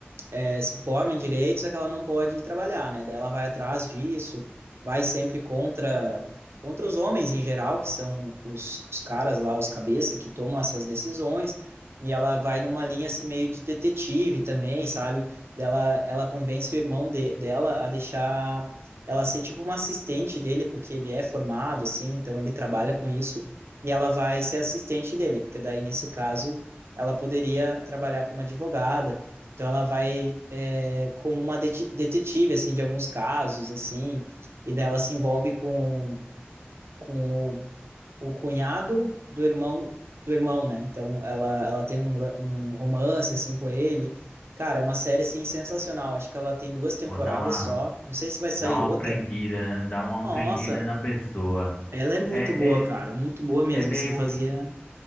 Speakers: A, on the right; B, on the left.
A: é, se forma em direito, só que ela não pode trabalhar, né? Daí ela vai atrás disso, vai sempre contra contra os homens em geral, que são os, os caras lá, os cabeça, que tomam essas decisões. E ela vai numa linha assim meio de detetive também, sabe? Dela, ela convence o irmão de, dela a deixar ela ser tipo uma assistente dele, porque ele é formado, assim, então ele trabalha com isso, e ela vai ser assistente dele, porque daí, nesse caso, ela poderia trabalhar como advogada, então ela vai é, como uma deti- detetive, assim, de alguns casos, assim, e daí ela se envolve com, com o, o cunhado do irmão, do irmão, né? Então ela, ela tem um, la- um romance, assim, com ele, Cara, é uma série assim sensacional. Acho que ela tem duas temporadas
B: vou dar uma.
A: só. Não sei se vai sair
B: Dá uma
A: outra,
B: aprendida, né? Dá uma
A: nossa,
B: aprendida na pessoa.
A: ela é muito
B: É,
A: boa,
B: é,
A: cara, muito boa mesmo,
B: é meio
A: assim, fazia,
B: que.